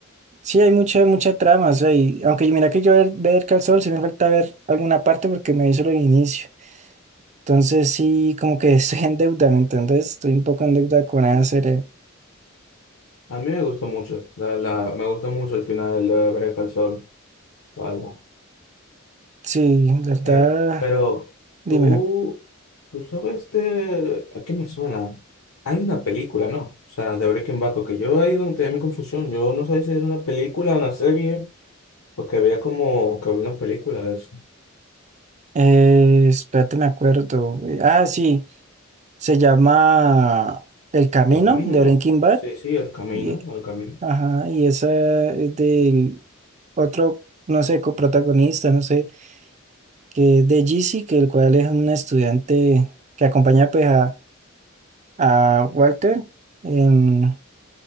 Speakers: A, on the right (about 35°); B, on the left (about 75°).
A: sí, hay mucha, mucha trama. O sea, y, aunque mira que yo ver, ver Call Saul, sí me falta ver alguna parte porque me hizo el inicio. Entonces, sí, como que <laughs> estoy en deuda, ¿me entendés? Estoy un poco en deuda con esa serie.
B: A mí me gustó mucho, la, la me gustó mucho el final de Breath al Sol, la verdad.
A: Sí, la verdad,
B: Eh, pero
A: dime.
B: tú, tú sabes de... ¿A qué me suena? Hay una película, ¿no? O sea, de Breaking Bad, porque yo ahí donde tenía mi confusión. Yo no sabía si era una película o una serie, porque había como que había una película de eso.
A: Eh, espérate, me acuerdo. Eh, Ah, sí, se llama El Camino
B: El camino,
A: de
B: ¿no?
A: Breaking Bad.
B: Sí, sí, el camino,
A: Y,
B: el camino.
A: ajá, y esa es del otro, no sé, coprotagonista, no sé. que es de Jeezy, que el cual es un estudiante que acompaña pues a, a Walter en,